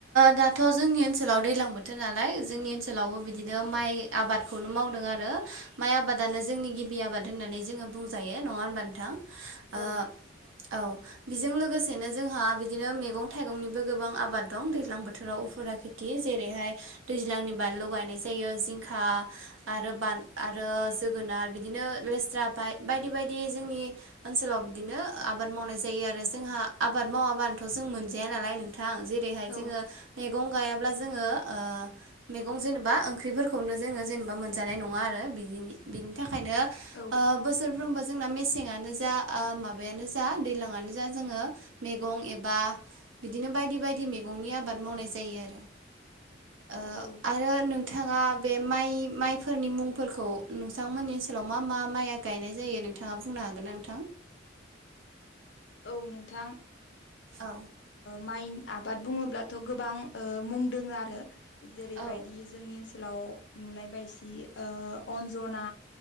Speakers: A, on the right (about 85°); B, on the left (about 65°).
A: दाथ' जोंनि ओनसोलाव दैलां बोथोर नालाय जोंनि ओनसोलावबो बिदिनो माइ आबादखौनो मावदों आरो माइ आबादानो जोंनि गिबि आबाद होननानै जोङो बुंजायो नङा होनबा नोंथां ओ
B: औ
A: औ बेजों लोगोसेनो जोंहा बिदिनो मेगं थाइगंनिबो गोबां आबाद दं दैज्लां बोथोराव फोरा खेथि जेरैहाय दैज्लांनि बानलु गायनाय जायो यो जिंखा आरो बान आरो जोगोनाद बिदिनो लेस्रा ओमफ्राय बायदि बायदि बे जोंनि ओनसोलाव बिदिनो आबाद मावनाय जायो आरो जोंहा आबाद मावाबानोथ' जों मोन जाया नालाय नोंथां जेरैहाय
B: औ
A: जोङो मैगं गायाब्ला जोङो मैगं जेनेबा ओंख्रिफोरखौनो जोङो जेनेबा मोनजानाय नङा आरो बि बिनि थाखाय खायनो
B: औ
A: बोसोरफ्रोमबो जोंना मेसेंआनो जा ओ मा माबायानो जा दैज्लांआनो जा जोङो मैगं एबा बिदिनो बायदि बायदि मैगंनि आबाद मावनाय जायो आरो ओ
B: औ
A: आरो नोंथाङा बे माइ माइफोरनि मुंफोरखौ नोंथांमोननि ओनसोलाव मा मा माइया गायनाय जायो दे नोंथाङा बुंनो हागोन ना नोंथां?
B: औ नोंथां
A: औ
B: माइ आबाद बुङोब्ला थ' गोबां मुं दोङो आरो जेरैबायदि
A: औ
B: जोंनि ओनसोल लाव नुनाय बायदि अन्जना